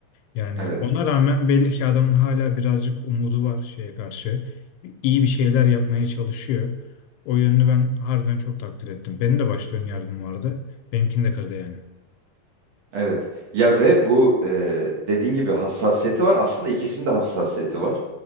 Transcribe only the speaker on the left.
Yani
ona rağmen belli ki adamın hala birazcık umudu var şeye karşı. İyi bir şeyler yapmaya çalışıyor. O yönünü ben harbiden çok takdir ettim. Benim de başta ön yargım vardı. Benimkini de kırdı yani.